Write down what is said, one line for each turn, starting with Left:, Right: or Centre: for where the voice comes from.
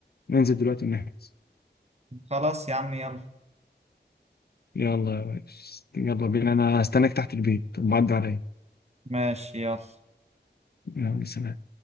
Left: ننزل دلوقتي ونحجز
Right: خلاص يا عم يلا
Left: يلا يا ريس يلا بينا انا هستناك تحت البيت معدي عليا
Right: ماشي يلا
Left: يلا سلام